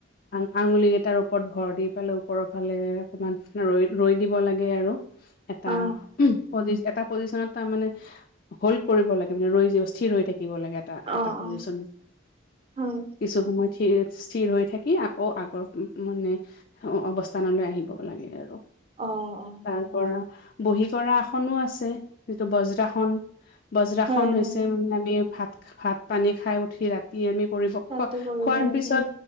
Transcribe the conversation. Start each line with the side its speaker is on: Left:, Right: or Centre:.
Left: আ আঙুলি কেইটাৰো ঘৰ দি পালে ওপৰৰ ফালে অকমান নিচিনা ৰৈ ৰৈ দিব লাগে আৰু। এটা
Right: অ
Left: পজি এটা পজিচনত তাৰ মানে হল্ড কৰিব লাগে, মানে ৰৈ যে স্থিৰ হৈ থাকে। থিকিব লাগে এটা -
Right: অ
Left: এটা পজিচন
Right: অ হয়
Left: কিছু সময় সিৰ স্থিৰ হৈ থাকি আকৌ আগৰ মানে অৱস্থানলৈ আহিব লাগে আৰু।
Right: অ অ
Left: তাৰ পৰা বহী কৰা আসনো আছে যিটো বজ্ৰাসন বজ্ৰখনন
Right: হয়
Left: হৈছে
Right: হয়
Left: মানে আমি ভাত ভাত পানী খাই উঠি ৰাতি আমি কৰিব
Right: ৰাতি
Left: খোৱা
Right: কৰিব
Left: খোৱাৰ
Right: লাগে
Left: পিছত